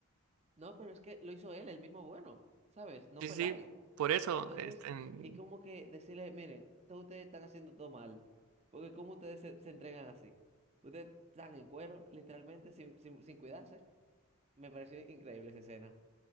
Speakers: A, on the right; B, on the right.
A: No, pero es que lo hizo él, el mismo bueno, ¿sabes? No
B: Sí,
A: fue
B: sí.
A: Light.
B: Por eso,
A: Entonces,
B: este, en-
A: es como que decirle, miren, todos ustedes están haciendo todo mal, porque como ustedes se, se entregan así? Ustedes están en cuero, literalmente, sin, sin, sin cuidarse. Me pareció increíble esa escena.